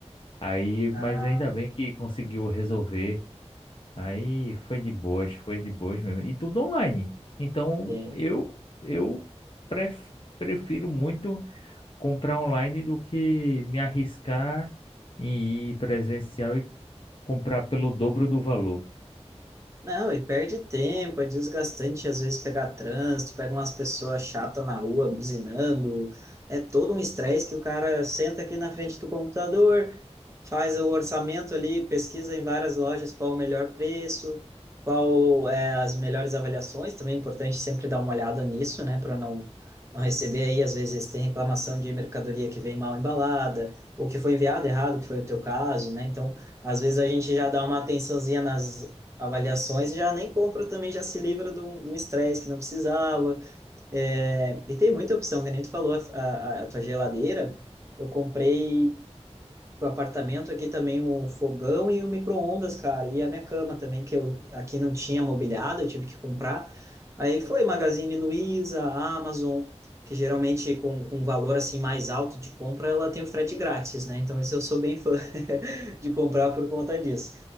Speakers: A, on the left; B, on the right.
A: Aí,
B: Ah,
A: mas ainda bem que conseguiu resolver. Aí foi de boas, foi de boas mesmo. E tudo online. Então,
B: sim.
A: eu eu pref- prefiro muito comprar online do que me arriscar em ir presencial e comprar pelo dobro do valor.
B: Não, e perde tempo, é desgastante às vezes pegar trânsito, pega umas pessoas chatas na rua buzinando, é todo um estresse que o cara senta aqui na frente do computador, faz o orçamento ali, pesquisa em várias lojas qual o melhor preço, qual é as melhores avaliações, também é importante sempre dar uma olhada nisso, né, para não não receber aí às vezes tem reclamação de mercadoria que vem mal embalada, ou que foi enviado errado, que foi o teu caso, né? Então, às vezes a gente já dá uma atençãozinha nas avaliações e já nem compra também, já se livra de um de um estresse que não precisava. É, e tem muita opção, que nem tu falou, a, a, a tua geladeira, eu comprei pro apartamento aqui também o fogão e o micro-ondas, cara, e a minha cama também, que eu aqui não tinha mobiliado, eu tive que comprar. Aí foi Magazine Luiza, Amazon, que geralmente com, com um valor assim mais alto de compra, ela tem o frete grátis, né? Então isso eu sou bem fã <laughs> de comprar por conta disso.